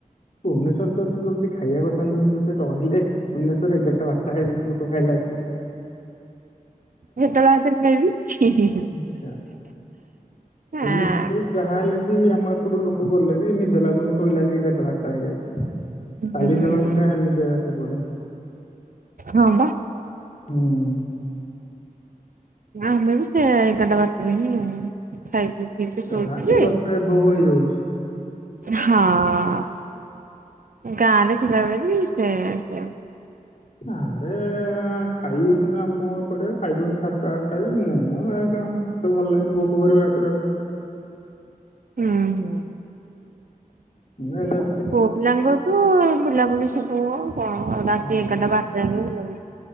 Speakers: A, on the left; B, on the right.
A: ଭୁବନେଶ୍ୱର ତ ଏତେ ଜଲ୍ଦି ଖାଇବା କଥା ନୁହଁ ମୁଁ ଯେତେ ରହିଲେ ଭୁନେଶ୍ୱରରେ ଏଗାରଟା ଵାରଟା ହେଇଯାଉଛି ଲୋକ ଖାଇଲା ଆସିକି।
B: ହେତେବେଳେ ଆଉ ଥରେ ଖାଇବି। ହିଁ ହିଁ ହିଁ।
A: ଆଛା ଭୁବନେଶ୍ୱରରେ
B: ଆଁ
A: ଯାହା ହେଲେ ବି ଆମ ଏପଟୁ ଲୋକ ଗଲେ ବି ନିଦ ଲାଗୁନି ଶୋଇଲା ଆସିକି ଏଗାର ଟା ଵାରଟା ହେଇଯାଉଚି।
B: ହୁଁ
A: କାଲି <unintelligible>
B: ହଁ ବା।
A: ହୁଁ
B: ଆମେ ବି ସେ ଏଗାଟା ବାଟା ହିଁ। ଖାଇଛୁ। ଏବେ ଶୋଇଚି
A: ଯାହାହେଲେ
B: ଯେ।
A: ବି ଦଶଟା ଏଭବ ହେଇଯାଉଛି।
B: ହଁ ଗାଁ ଦେଖଥିଲା ବେଳେ ବି ସେ ସେ
A: ଆରେ ଆଁ ଖାଇ ଦସଛନ୍ତି ଆମ ଏପଟେ ଖାଇ ଦଉଛନ୍ତି ସାତଟା ଆଟା ଯାଏ ମୁଁ ଆଉ ଘ ମତେ ଭଲ ଲାଗେନି ଭୋକ କରିବ ରାତିରେ ଆଉ।
B: ହୁଁ ହୁଁ।
A: ମେଲଭ।
B: ପୁଅ ପିଲାଙ୍କର ତୋ ବୁଲାବୁଲି ସବୁ କ କଣ ରାତି
A: ହଁ
B: ଏଗାଟା
A: ମ
B: ବାଟା ଯାକ ବୁଲାବୁଲି।